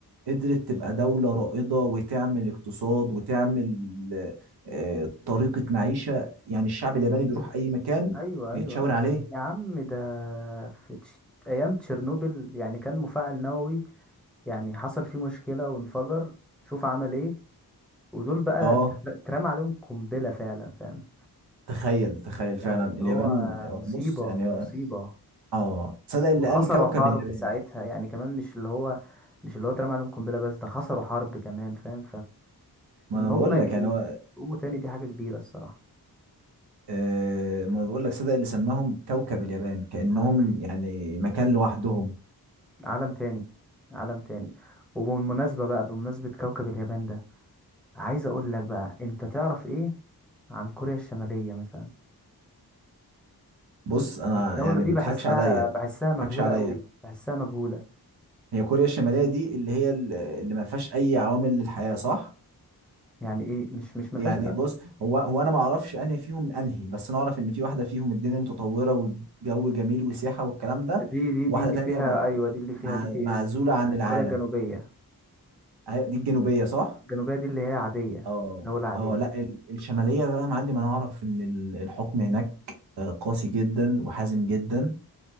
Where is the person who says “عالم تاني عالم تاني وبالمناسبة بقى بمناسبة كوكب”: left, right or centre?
Centre